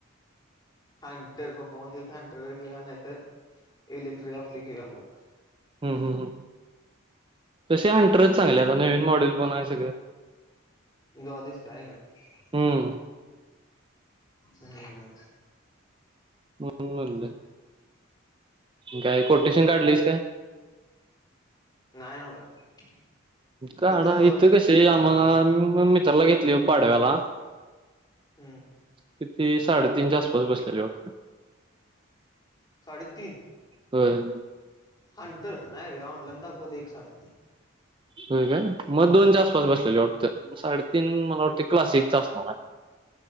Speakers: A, on the left (about 20°); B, on the right (about 25°).
A: हंटर पप्पा म्हण हंटर घेया नाहीतर इलेक्ट्रिक आपली घेऊया मग.
B: हम्म हम् हम तसे हंटर च चांगल्या आता नवीन मॉडेल पण आहे सगळं
A: जोरात दिसत आहे का नाही?
B: हम्म
A: हम्म!
B: म्हणून म्हणलं! काय कोटेशन काढलीस का?
A: नाय न्हव का.
B: काड
A: तिथं
B: इथं कसे आहे आम्हाला मित्राला घेतली पाडव्याला
A: हम्म!
B: किती साडेतीनच्या आसपास बसलेली वाटत.
A: साडे तीन?
B: होय!
A: हंटर नाही रे ऑनलाईन दाखवतय एक साठ
B: हो काय, मग दोनच्या आसपास बसलेले वाटतं म साडेतीन मला वाटते क्लासिक च असणार आहे.